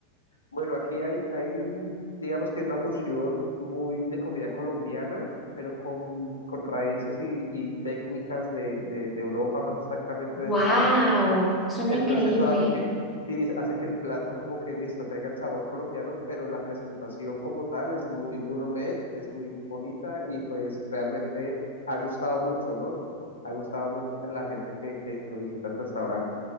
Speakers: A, on the left (about 75°); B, in the centre.
A: Bueno, aquí hay, hay, digamos que es una fusión muy de comida colombiana, pero con, con raíces y, y técnicas de, de, de Europa, más exactamente
B: Wow,
A: de España.
B: suena
A: Entonces
B: increíble.
A: eso hace que, sí, hace que el plato como que listo, tenga el sabor colombiano, pero la presentación como tal es muy gourmet, es muy bonita y pues realmente ha gustado mucho, ¿no? Ha gustado mucho entre la gente que, que, que visita el restaurante.